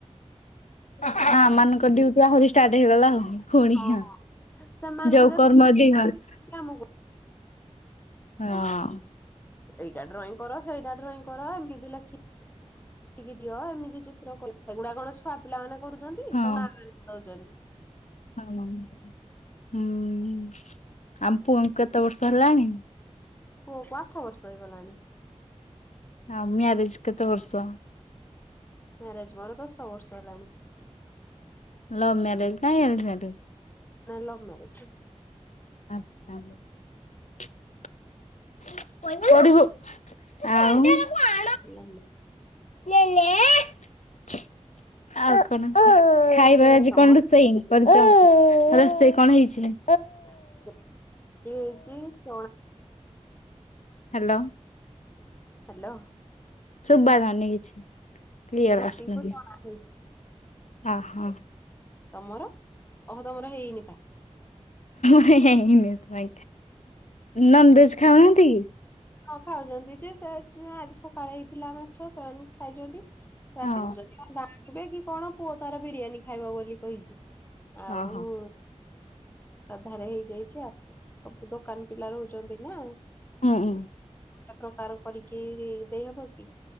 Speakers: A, on the left (about 80°); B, on the left (about 15°).
A: ହଁ ଆମମାନଙ୍କ ଡ୍ୟୁଟି ଆହୁରି ଷ୍ଟାର୍ଟ ହେଇଗଲା ଆଉ। ପୁଣି
B: ହଁ
A: ହିଁ
B: ସେମାନଙ୍କୁ
A: ଯୋଉ
B: ଯେତିକି
A: କର୍ମ
B: ଲେଖିକି
A: <unintelligible>
B: ଆମକୁ
A: ହଁ।
B: ଏଇଟା ଡ୍ରଇଂ କର ସେଇଟା ଡ୍ରଇଂ କର ଏମିତି ଲେଖି ଦେଖିକି ଦିଅ ଏମିତି ଚିତ୍ର କହି ଏଗୁଡା କଣ ଛୁଆ ପିଲା ମାନେ କରୁଛନ୍ତି
A: ହଁ
B: ସବୁ ମା ମାନଙ୍କୁ ଦଉଛନ୍ତି।
A: ହୁଁ। ହୁଁ ଆମ ପୁଅଙ୍କୁ କେତେ ବର୍ଷ ହେଲାଣିି?
B: ପୁଅ କୁ ଆଠ ବର୍ଷ ହେଇଗଲାଣି।
A: ହଁ ମ୍ୟରେଜ୍ କେତେ ବର୍ଷ?
B: ମ୍ୟାରେଜ୍ ମୋର ଦଶ ବର୍ଷ ହେଲାଣି।
A: ଲଭ ମ୍ୟାରେଜ ନା ଆରେଞ୍ଜ ମ୍ୟାରେଜ?
B: ନା ଲଭ୍ ମ୍ୟାରେଜ୍।
A: <unintelligible> <unintelligible> ଆଉ।
B: <unintelligible>
A: ନେ ନେ ଆଉ କଣ ଖାଇବୁ? ତମର ଆଜି
B: ତମ
A: କଣ ରୋଷେଇ କରିଚ ରୋଷେଇ କଣ ହେଇଛି?
B: <unintelligible> ରୁ ରୁଟି ହେଇଛି ଚଣା
A: ହେଲୋ।
B: ହାଲୋ
A: ସୁବା ଯାଉନି କିଛି। କ୍ଲିୟର
B: ରୁଟି
A: ଆସୁନି।
B: କୁ ଚଣା ହେଇଚି।
A: ଅ ହଁ।
B: ତମର ଓ ହୋ ତମର ହେଇନି ପା।
A: ହେଁ ହ୍ନେ ନନ୍ ଭେଜ ଖାଉନାହାନ୍ତି କି?
B: ହଁ ଖାଉଛନ୍ତି ଯେ ସେ ଆଜି ଆଜି ସକାଳେ ହେଇଥିଲା ମାଛ ସେମାନେ ଖାଇଛନ୍ତି। ରାତିକୁୁ
A: ହଁ।
B: ଯଦି ଅଣ୍ଡା ଆଣିବେ କି କଣ ପୁଅ ତାର ବିରିୟାନୀ ଖାଇବ ବୋଲି କହିଛି। ଆଉ
A: ହଁ ହଁ
B: ସାଧାରେ ହେଇଯାଇଛି ଆଉ ସବୁ ଦୋକାନ ପିଲା ରହୁଛନ୍ତି ନା।
A: ହୁଁ ଉଁ।
B: ଗୋଟେ ପ୍ରକାର କରିକି ଦେଇହବ କି?